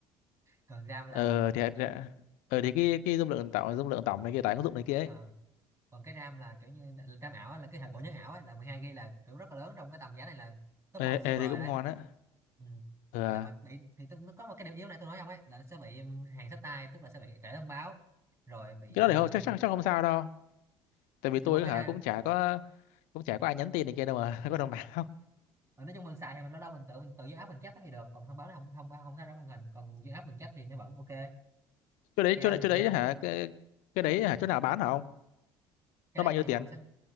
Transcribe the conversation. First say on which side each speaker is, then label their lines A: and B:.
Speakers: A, on the right; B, on the left.
A: còn RAM là
B: ờ thì ờ, thì cái cái dung lượng tổng dung lượng tổng này kia tải ứng dụng này kia ấy
A: Ờ, còn cái RAM là kiểu như RAM ảo á, là cái hạt bộ nhớ ảo ấy, là 12 GB là kiểu rất là lớn trong cái tầm giá này là top
B: ê,
A: một server
B: ê, thì
A: rồi
B: cũng
A: đấy
B: ngon á
A: ừ.
B: ờ
A: là mặt bị thì tôi, nó có một cái điểm yếu này tôi nói ông ấy là nó sẽ bị um, hàng sách tay tức là sẽ bị trễ thông báo rồi bị
B: cái
A: ờ,
B: đó thì không chắc chắc chắc không sao đâu tại
A: với
B: vì
A: kiểu
B: tôi
A: một cái
B: hả
A: ra
B: cũng chả có cũng chả có ai nhắn tin này kia đâu mà <laughs> có đồng bào
A: ờ, nói chung mình xài thì mình lâu lâu mình tự mình tự do app mình check thì được còn thông báo nó không thông không ra ra màn hình còn do app mình check thì nó vẫn ok
B: chỗ đấy
A: cam
B: chỗ đấy
A: này
B: chỗ đấy
A: kia
B: hả cái cái đấy hả chỗ nào bán hả ông
A: cái
B: nó
A: đấy
B: bao nhiêu
A: thì
B: tiền
A: ông sẽ